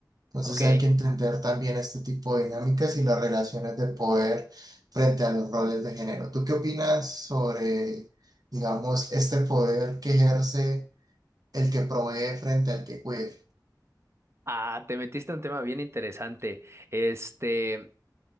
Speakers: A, on the right; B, on the right.
A: Entonces
B: Ok.
A: hay que entender también este tipo de dinámicas y las relaciones de poder frente a los roles de género. ¿Tú qué opinas sobre, digamos, este poder que ejerce el que provee frente al que cuide?
B: Ah, te metiste en un tema bien interesante. Este,